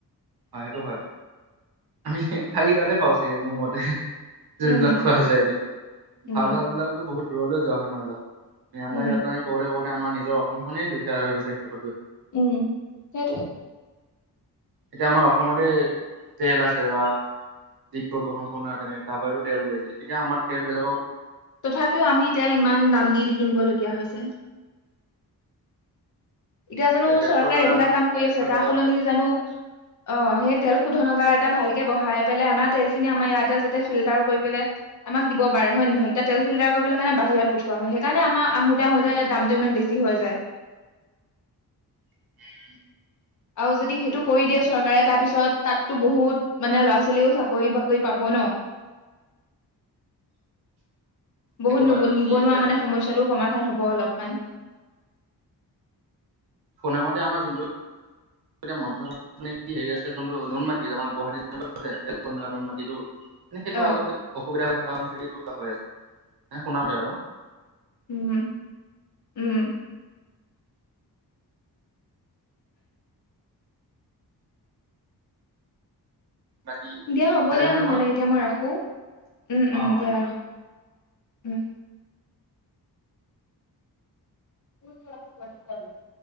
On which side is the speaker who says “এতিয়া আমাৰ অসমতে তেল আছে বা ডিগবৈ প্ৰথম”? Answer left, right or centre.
Right